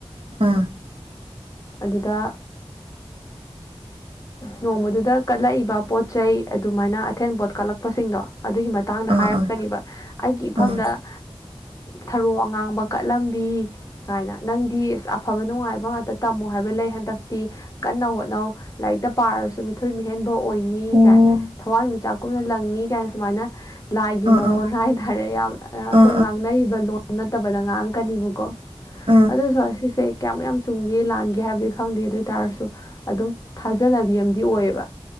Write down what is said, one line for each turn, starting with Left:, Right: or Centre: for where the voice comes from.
Right: ꯑꯥ
Left: ꯑꯗꯨꯗ ꯅꯣꯡꯃꯗꯨꯗ ꯀꯠꯂꯛꯏꯕ ꯄꯣꯠ ꯆꯩ ꯑꯗꯨꯃꯥꯏꯅ ꯑꯊꯦꯟ ꯄꯣꯠ ꯀꯠꯂꯛꯄꯁꯤꯡꯗꯣ ꯑꯗꯨꯒꯤ ꯃꯇꯥꯡꯗ ꯍꯥꯏꯔꯛꯀꯅꯤꯕ
Right: ꯑꯥ ꯑꯥ
Left: ꯑꯩꯒꯤ ꯏꯐꯝꯗ
Right: ꯑꯥ
Left: ꯊꯔꯣ ꯑꯉꯥꯡꯕ ꯀꯠꯂꯝꯕꯤ ꯀꯥꯏꯅ ꯅꯪꯗꯤ ꯑꯐꯥꯕ ꯅꯨꯡꯉꯥꯏꯕ ꯉꯥꯛꯇ ꯇꯝꯃꯨ ꯍꯥꯏꯕ ꯂꯩ ꯍꯟꯗꯛꯇꯤ ꯀꯟꯅ ꯍꯣꯠꯅꯧ ꯂꯥꯏꯔꯤꯛꯇ ꯄꯥꯔꯁꯨ ꯃꯤꯊꯣꯏ ꯃꯤꯍꯦꯟꯕ ꯑꯣꯏꯅꯤ
Right: ꯑꯣ
Left: ꯀꯥꯏ ꯊꯋꯥꯟꯃꯤꯆꯥꯛ ꯀꯨꯝꯅ ꯂꯪꯅꯤ ꯀꯥꯏꯅ ꯁꯨꯃꯥꯏꯅ ꯂꯥꯏꯒꯤ
Right: ꯑꯥ
Left: ꯃꯔꯣꯟ
Right: ꯑꯥ
Left: ꯍꯥꯏꯇꯥꯔꯦ ꯌꯥꯝ ꯑꯩꯈꯣꯏꯅ
Right: ꯑꯥ ꯑꯥ
Left: ꯉꯥꯡꯅꯔꯤꯕ ꯂꯣꯟ ꯅꯠꯇꯕꯗ ꯉꯥꯡꯀꯅꯤꯕꯀꯣ
Right: ꯑꯥ
Left: ꯑꯗꯨꯁꯨ ꯑꯁꯤꯁꯦ ꯀꯌꯥꯃꯨꯛ ꯌꯥꯝ ꯆꯨꯝꯒꯦ ꯂꯥꯟꯒꯦ ꯍꯥꯏꯕꯗꯤ ꯈꯪꯗꯦ ꯑꯗꯨ ꯑꯣꯏꯇꯥꯔꯁꯨ ꯑꯗꯨꯝ ꯊꯥꯖꯅꯕꯤ ꯑꯃꯗꯤꯝ ꯑꯣꯏꯌꯦꯕ